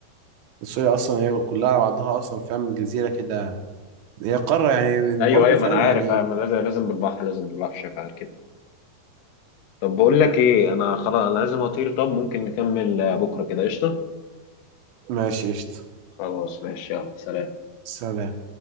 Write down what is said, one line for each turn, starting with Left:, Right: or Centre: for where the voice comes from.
Right: استراليا اصلا هي كلها على بعضها اصلا فاهم جزيرة كده هي قارة يعني
Left: ايوه
Right: برضه
Left: ايوه
Right: فاهم
Left: ما انا عارف
Right: يعني
Left: أيوة، ما لازم لازم بالبحر لازم بالبحر شايف على كده طب بقول لك ايه انا خلاص انا لازم اطير طب ممكن نكمل آه، بكره كده قشطه
Right: ماشي قشطة
Left: خلاص ماشي يلا سلام
Right: سلام